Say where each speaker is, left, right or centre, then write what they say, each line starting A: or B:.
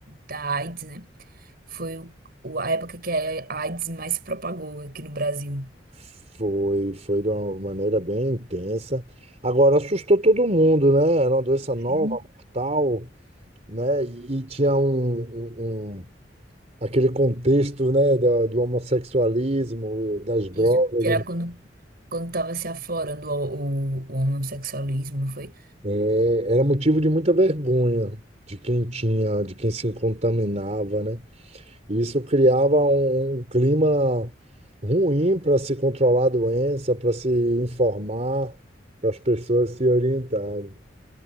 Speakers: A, on the right (about 55°); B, on the right (about 40°).
A: da AIDS, né? Foi o, o- a época que a AIDS mais se propagou aqui no Brasil.
B: Foi, foi de uma maneira bem intensa. Agora, assustou todo mundo, né? Era uma doença nova,
A: Sim.
B: mortal, né? E, e tinha um, um- um- aquele contexto, né, da- do, homossexualismo, das drogas.
A: Isso, que era
B: né?
A: quando, quando tava se aflorando o, o, o homossexualismo, não foi?
B: É, era motivo de muita vergonha de quem tinha, de quem se contaminava, né? E isso criava um, um clima ruim para se controlar a doença, para se informar, para as pessoas se orientarem.